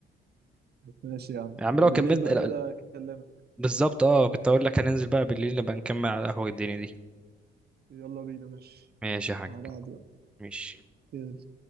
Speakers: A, on the right (about 55°); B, in the centre.
A: ماشي يا عم
B: يا عم
A: بالليل
B: لو كملت
A: بقى
B: لا،
A: كده اكلمك
B: بالظبط اه كنت اقول لك هننزل بقى بالليل نبقى نكمل على القهوه الدنيا دي
A: يلا بينا ماشي
B: ماشي يا حاج
A: مع بعض بقى
B: ماشي
A: يلا